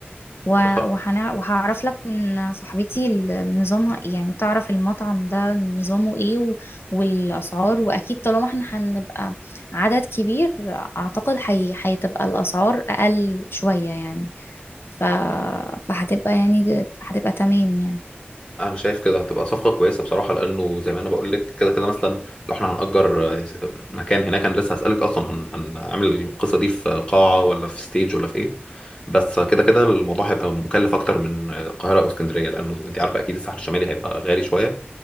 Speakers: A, on the left; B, on the left.
A: و-
B: خ-
A: وهنع- وهعرف لك من صاحبتي ال- نظامها يعني تعرف المطعم ده نظامه ايه و- والاسعار واكيد طالما احنا هنبقى عدد كبير اعتقد هي- هتبقى الاسعار اقل شويه يعني ف... فهتبقى يعني هتبقى تمام يعني
B: انا شايف كده هتبقى صفقه كويسه بصراحه لانه زي ما انا بقول لك كده كده مثلا لو احنا هنأجر آه، مكان هناك انا لسه هسألك اصلا هن... هنعمل القصه دي في قاعه ولا في ستيج ولا في ايه بس كده كده الموضوع هيبقى مكلف اكتر من القاهره او اسكندريه لانه انت عارفه اكيد الساحل الشمالي هيبقى غالي شويه